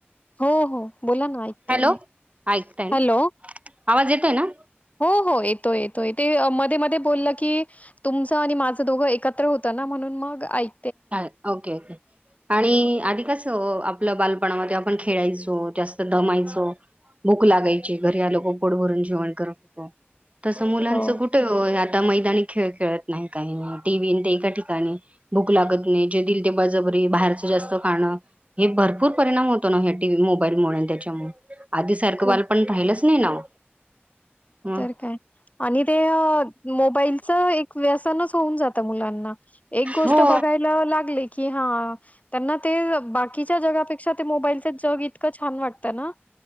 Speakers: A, on the left; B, on the right.
A: हो हो बोला ना ऐकते
B: हॅलो
A: मी
B: ऐकताय ना
A: हॅलो,
B: आवाज येतोय ना,
A: हो, हो. येतोय येतोय ते मध्ये मध्ये बोललं की तुमचं आणि माझं दोघं एकत्र होतं ना म्हणून मग ऐक
B: हा ओके ओके आणि आधि कसं आपल्या बालपणामध्ये आपण खेळायचो जास्त दमायचो भूक लागायची घरी लोक पोड भरून जेवण करायचो तसं मुलांच
A: हो,
B: कुठे आता मैदानी खेळ खेळत नाही काही टीव्ही आणि ते एका ठिकाणी भूक लागतं नाही जे देईल ते बळजबरी बाहेरच जास्त खाणं हे भरपूर परिणाम होतो ना ह्या टीव्ही मोबाईल यांच्या मुळे त्यांच्यामुळे आधी सारखं
A: खूप
B: बाल पण राहिलच नाही ना हो.
A: तर काय आणि ते मोबाईलच एक व्यसनच होऊन जात मुलांना एक गोष्ट
B: हो
A: बघायला लागले की हा त्यांना ते बाकीच्या जगापेक्षा ते मोबाईलच जग इतकं छान वाटतं ना